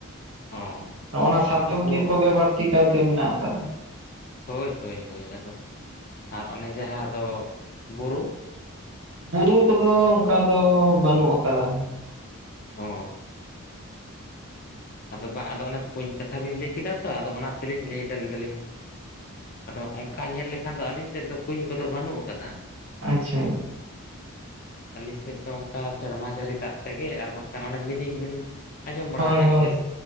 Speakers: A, on the left (about 40°); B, on the right (about 70°).
A: ᱚ, ᱟᱪᱪᱷᱟ
B: ᱱᱚᱜ-ᱚᱭ
A: ᱟᱪᱪᱷᱟ
B: ᱱᱚᱣᱟ ᱥᱟᱨᱡᱚᱢ
A: ᱚᱱᱠᱟ ᱵᱩᱨᱩ
B: ᱵᱤᱨ ᱠᱚᱜᱮ ᱵᱟᱹᱲᱛᱤ ᱠᱟᱭᱛᱮ ᱢᱮᱱᱟᱜ ᱟᱠᱟᱫᱟ᱾
A: ᱦᱳᱭ, ᱦᱳᱭ ᱦᱳᱭ, ᱟᱫᱚ ᱟᱨ ᱚᱱᱮ ᱡᱟᱦᱟᱸ ᱫᱚ ᱵᱩᱨᱩ
B: ᱵᱩᱨᱩ ᱠᱚᱫᱚ ᱚᱱᱠᱟ ᱫᱚ ᱵᱟᱹᱱᱩᱜ ᱟᱠᱟᱫᱟ᱾
A: ᱚ ᱟᱫᱚ ᱵᱟᱝ ᱟᱫᱚ ᱚᱱᱮ ᱠᱩᱧ ᱠᱟᱛᱷᱟ ᱵᱤᱱ ᱞᱟᱹᱭ ᱠᱮᱫᱟ ᱛᱚ ᱟᱫᱚ ᱚᱱᱟ ᱛᱮᱞᱤᱧ ᱞᱟᱹᱭᱟ ᱞᱟᱹᱭ ᱫᱟᱞᱤᱧ ᱟᱫᱚ ᱚᱱᱠᱟ ᱧᱮᱞ ᱞᱮᱠᱷᱟᱱ ᱫᱚ ᱟᱹᱞᱤᱧ ᱥᱮᱫ ᱫᱚ ᱠᱩᱧ ᱠᱚᱫᱚ ᱵᱟᱹᱱᱩᱜ ᱟᱠᱟᱫᱟ᱾
B: ᱟᱪᱪᱷᱟ᱾
A: ᱟᱞᱮᱥᱮᱫ ᱫᱚ ᱚᱱᱠᱟ ᱥᱮᱨᱢᱟ ᱡᱟᱹᱲᱤ ᱫᱟᱜ ᱛᱮᱜᱮ, ᱟᱨ ᱵᱟᱝᱠᱷᱟᱱ ᱚᱱᱮ ᱢᱤᱱᱤ ᱠᱚᱵᱤᱱ ᱟᱸᱡᱚᱢ ᱵᱟᱲᱟ
B: ᱦᱳᱭ
A: ᱟᱠᱟᱫ
B: ᱦᱳᱭ
A: ᱜᱮᱭᱟ